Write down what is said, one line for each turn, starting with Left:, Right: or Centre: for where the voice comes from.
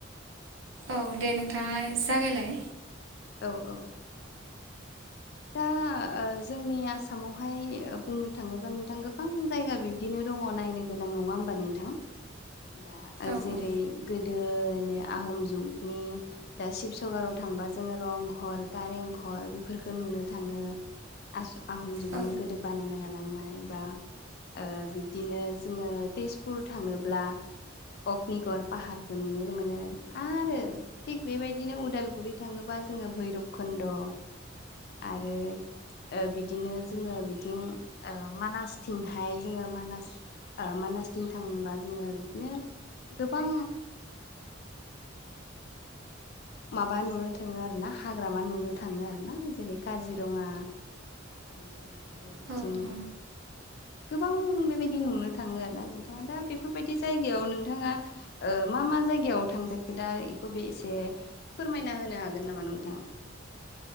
Right: औ दे नोंथाङा जागायलाय।
Left: औ औ। दा जोंनि आसामावहाय बुंनो थाङोबा नोंथां गोबां जायगा बिब्दिनो दङ नायनो गोनां नङा होमबा नोंथां? दा
Right: औ
Left: जेरै
Right: औ
Left: गोदोनो आहम जुगनि दा शिबसगराव थांबा जोङो रं घर कारें घर बेफोरखौ फोर नुनो थाङो आहम जुगावनो
Right: औ
Left: गोदो बानायना गालांनाय बा बिब्दिनो जोङो तेजपुर थाङोब्ला अग्निगर पाहारखौ नुनो मोनो आरो थिग बेबायदिनो उदालगुरि थाङोबा जोङो भैरब खन्द' आरो बिदिनो जोङो बिथिं मानासथिंहाय जोङो मानास मानासथिं थांबा जोङो बिदिनो गोबां माबा नुनो थाङो आरो ना हाग्रामा नुनो थाङो आरो ना जेरै काजिरङा ओमफ्राय आरो बिथिं
Right: औ औ
Left: गोबां बेबायदि नुनो थाङो आरोना नोंथाङा दा बेफोरबायदि जायगायाव नोंथाङा मा मा जायगायाव थांफेरखो दा बेखौ बे एसे फोरमायना होनो हागोन नामा नोंथां?